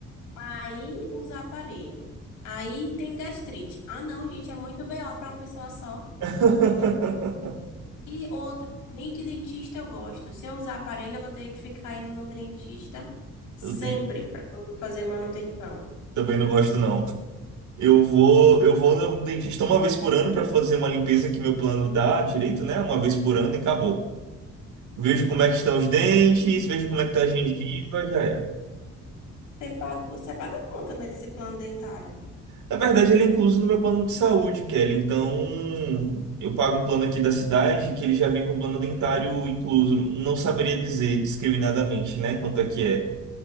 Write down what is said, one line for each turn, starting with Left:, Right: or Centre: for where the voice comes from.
Left: Aí usar aparelho. Aí tem gastrite. Ah, não, gente, é muito BO para uma pessoa só.
Right: <laughs>
Left: E outra, nem de dentista eu gosto. Se eu usar aparelho, eu vou ter que ficar indo no dentista sempre
Right: Eu tenho.
Left: para fazer manutenção.
Right: Também não gosto, não. Eu vou, eu vou no dentista uma vez por ano para fazer uma limpeza que meu plano dá direito, né? Uma vez por ano e acabou. Vejo como é que estão os dentes, vejo como é que tá a gengiva, já era.
Left: Você paga, você paga a conta nesse plano dentário.
Right: Na verdade, ele é incluso no meu plano de saúde, Kelly. Então, eu pago um plano aqui da cidade que ele já vem com plano dentário incluso. Não saberia dizer discriminadamente, né, quanto é que é.